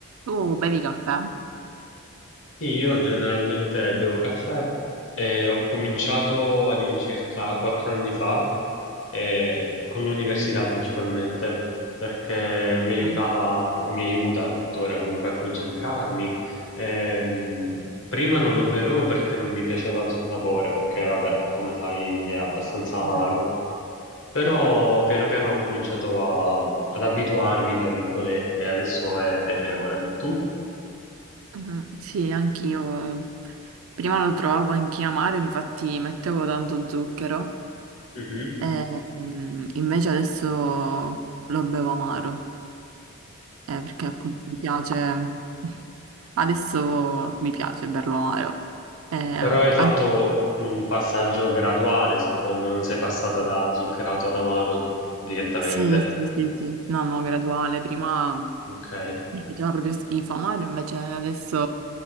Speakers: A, on the right; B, on the left.
A: Tu bevi caffè?
B: Sì, Io generalmente bevo caffè e ho cominciato all'incirca quattro anni fa, eh, con l'università principalmente, perché mi aiutava,
A: Mhm,
B: mi aiuta tuttora comunque a concentrarmi. Ehm, prima non lo bevevo perché non mi piaceva il suo sapore, perché vabbè, come sai, è abbastanza amaro.
A: mhm,
B: Però
A: Sì,
B: piano piano ho cominciato a- ad abituarmi, tra virgolette, adesso è piacevole. Tu?
A: Mhm, sì, anch'io. Prima lo trovavo anche amaro, infatti mettevo tanto zucchero.
B: Mhm.
A: E, mm, invece adesso lo bevo amaro, eh, perché appunto mi piace. <laughs> Adesso mi piace berlo amaro. Eh,
B: Però hai
A: an-
B: fatto un passaggio graduale, suppongo, non sei passata da zuccherato ad amaro direttamente.
A: sì, sì, sì, sì. No, no, graduale. Prima.
B: Ok?
A: Mi faceva proprio schifo, amaro invece adesso